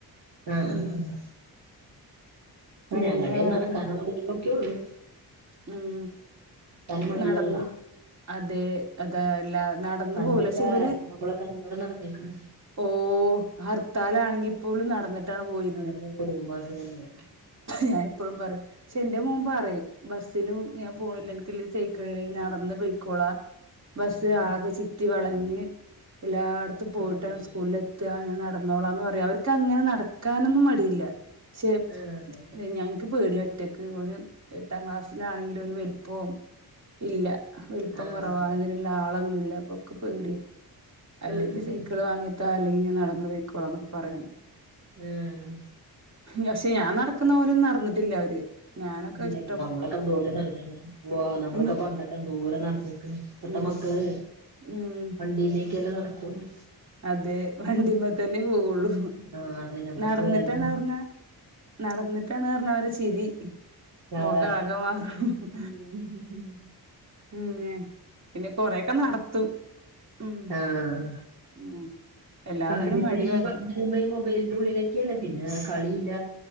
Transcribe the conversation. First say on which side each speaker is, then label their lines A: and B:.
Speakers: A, on the right; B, on the right.
A: ആഹ
B: ഉം
A: ഹ ഹ പ്പഞങ്ങൾടേ
B: പിന്നെ വേറെന്താ
A: നടക്കാനുള്ളദൂരം ഒക്കെ ഒള്ളൂ
B: ഉം
A: മടിയാണല്ലോ
B: നടന്ന് അതെ അതാല്ലാ നടന്നു
A: പണ്ടൊക്കെ
B: പോവൂല ശ ഇവര്
A: നമ്മളൊക്കെ എന്തോരം നടന്നേക്കണ്
B: ഓ ഹർത്താലാണെങ്കിപ്പോലും നടന്നിട്ടാണ് പോയിരുന്നെ
A: നടന്നു പോകുമ്പോ അത് തന്നെ
B: ഞാൻ എപ്പളും പറയും പക്ഷെ എന്റെ മോൻ പറയും ബസ്സിന് ഞാൻ പോണില്ല എനിക്ക് സൈക്കിള അല്ലെങ്കിൽ നടന്ന് പോയിക്കോളാം ബസ്
A: ആഹ്
B: ആകെ ചിറ്റി വളഞ്ഞ്. എല്ലാടത്തും പോയിട്ടാണ്
A: ആഹ്
B: സ്കൂളിൽ എത്ത ഞാൻ നടന്നോളാ എന്ന് പറയാ അ അങ്ങനെ നടക്കാനൊന്നും മടിയില്ല പക്ഷെ
A: ആഹ്
B: ഞങ്ങൾ ക്ക്. പേടിയ ഒറ്റക്ക് ഓന് എട്ടാം ക്ലാസ്സിലാണെങ്കിലും ഓൻ വലുപ്പൊ ഇല്ല. വൽപ്പം
A: ആഹ്
B: കുറവാ അതിനുള്ള ആളൊന്നുല്ല അപ്പൊൻക് പേട്യാ. അല്ലെങ്കിൽ
A: ആഹ്
B: സൈക്കള് വാങ്ങിത്താ അല്ലെങ്കി ഞാൻ നടന്ന് പൊയ്ക്കോളാ എന്നൊക്കെ പറ്യാണ്.
A: ആഹ്
B: പക്ഷെ ഞാൻ നടക്കുന്ന പോല നടന്നിട്ടില്ല അവര് ഞാനൊക്കെ
A: ഇല്ല
B: ഇഷ്
A: നമ്മളൊക്കെ എന്തോരം നടന്നീണ് വോ നമ്മളൊക്കെ
B: ഇനി
A: പണ്ടൊക്കെ എന്തോരംനട ഇപ്പത്തെ
B: ഉം
A: മക്കള്
B: ഉം
A: വണ്ടീലേക്ക് അല്ലെ നടക്കൊള്ളു.
B: അതെ വണ്ടിമ്മ തന്നെ പോവുള്ളു.
A: ആഹ് അതന്നെ എവിടെ
B: നടന്നിട്ടാണ്
A: പോയാലും
B: പറഞ്ഞ നടന്നിട്ടാണ് പറഞ്ഞാ അവരെ ചിരി. മൊഖാകെ
A: അതാ
B: മാറുംഉം
A: ഉം
B: ഉം. പിന്നെ കൊറെയൊക്കെ നടത്തും.
A: ആഹ.
B: ഉം ഉം എല്ലാത്തിനും
A: കാര്യം ഇപ്പ
B: മടി
A: ഈ
B: വ
A: പറഞ്ഞ വരുമ്പോ ഈ മൊബൈലിന്റെ ഉള്ളിലൊക്കെയല്ലെ പിന്നെ കളില്ല